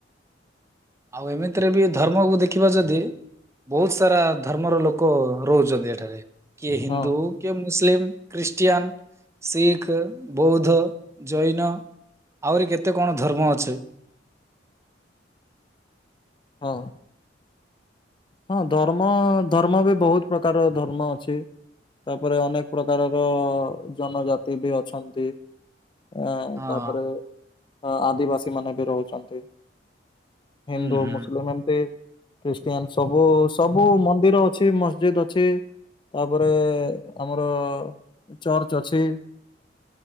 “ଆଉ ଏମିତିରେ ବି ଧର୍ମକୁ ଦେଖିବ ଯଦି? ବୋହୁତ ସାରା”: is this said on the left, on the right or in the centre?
Right